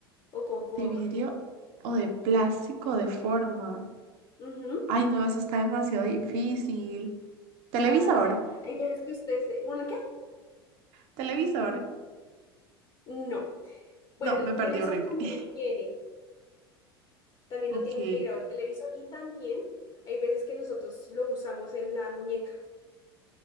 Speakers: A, on the left (about 30°); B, on the right (about 50°).
A: o con forma.
B: De vidrio o de plástico de forma.
A: Ujú.
B: Ay, no, eso está demasiado difícil. Televisor,
A: A ver, hay veces que ustedes... se- ¿Uno qué?
B: televisor.
A: No. Bueno,
B: No, me
A: el
B: perdí
A: televisor
B: horrible.
A: también
B: <laughs>
A: lo tiene. También
B: Ok,
A: lo tiene integrado el televisor y también hay veces que nosotros lo usamos en la muñeca.